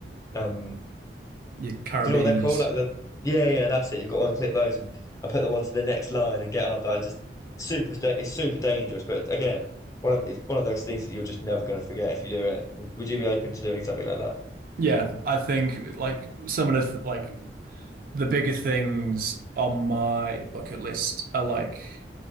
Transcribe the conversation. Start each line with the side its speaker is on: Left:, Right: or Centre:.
Left: Um,
Right: your carabiners.
Left: do you know what they're called? Like the yeah, yeah, that's it. You've got one clip those and, and put them onto the next line and get up. I just super, sta- it's super dangerous. But again, one of it's one of those things that you're just never going to forget if you do it. Would, would you be open to doing something like that?
Right: Yeah, I think like some of the th- like the bigger things on my bucket list are like